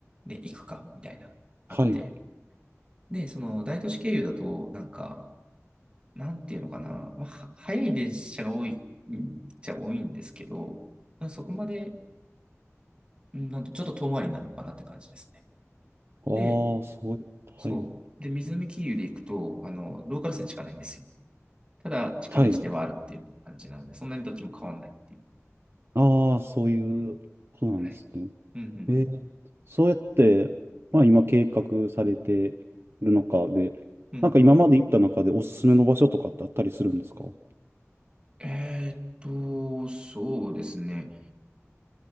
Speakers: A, on the right (about 20°); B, on the right (about 50°).
A: で行くか、みたいな、あって。
B: はい。あ
A: で、その大都市経由だと、なんか、なんていうのかな、まあ、は早い列車が多い、うんじゃ多いんですけど、そこまでうんなんとちょっと遠回りになるのかなって感じですね。
B: あ、
A: で、
B: そう、はい、
A: そう。で、水見経由で行くと、あの、ローカル線しかないんですよ。ただ、近道ではあるっていう感じなので、
B: はい。
A: そんなにどっちも変わんないっていう。
B: ああ、そういうことなんですね。
A: はい。うん
B: えーそうやって、まあ今計画されてるのかで、
A: うん。うん。
B: なんか今まで行った中でおすすめの場所とかってあったりするんですか
A: えーっと、そうですね。